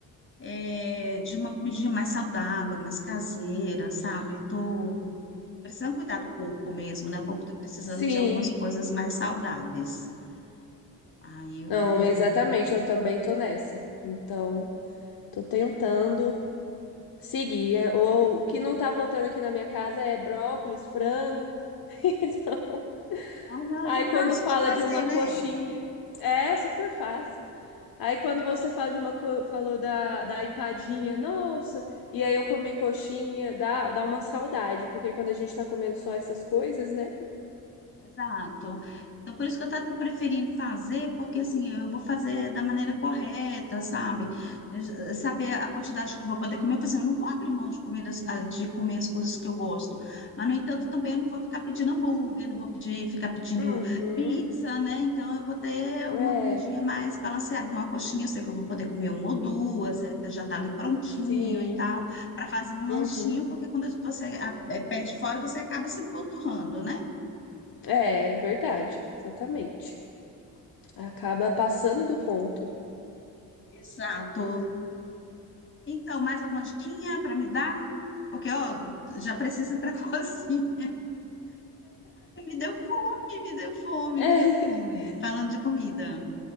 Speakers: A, on the left; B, on the left.
A: é, de uma comidinha mais saudável, mais caseira, sabe? Estou precisando cuidar do corpo mesmo, né? O corpo está precisando
B: Sim.
A: de algumas coisas mais saudáveis. Aí eu
B: Não,
A: tô.
B: exatamente. Eu também tô nessa. Então, tô tentando. Seguir. É, Ou, o que não tá faltando aqui na minha casa é brócolis, frango. <laughs> Então,
A: Ah, não,
B: aí
A: e
B: quando
A: fácil
B: fala
A: de fazer,
B: de uma coxinha,
A: né?
B: é super fácil. Aí quando você fala de uma co- falou da, da empadinha, nossa, e aí eu comi coxinha, dá, dá uma saudade, porque quando a gente tá comendo só essas coisas, né?
A: Exato. Então, por isso que eu estou preferindo fazer, porque assim, eu vou fazer da maneira correta, sabe? Eu- Saber a quantidade que eu vou poder comer. Eu falei assim, eu não vou abrir mão de comer, as- ah, de comer as coisas que eu gosto. Mas, no entanto, também eu não vou ficar pedindo hambúrguer, não vou pedir, ficar pedindo
B: Uhum.
A: pizza, né? Então, eu vou ter
B: É,
A: uma comidinha mais balanceada. Então, a coxinha, eu sei que eu vou poder comer uma ou duas, eh, já está ali prontinho
B: sim.
A: e tal, para fazer um lanchinho,
B: Uhum.
A: porque quando você ah, eh, pede fora, você acaba se empanturrando, né?
B: É, verdade, exatamente. Acaba passando do ponto.
A: Exato. Então, mais alguma diquinha para me dar? Porque, ó, já preciso ir para <laughs> cozinha. Ai, Me deu fome, me deu fome,
B: <laughs>
A: me deu fome. Falando de comida.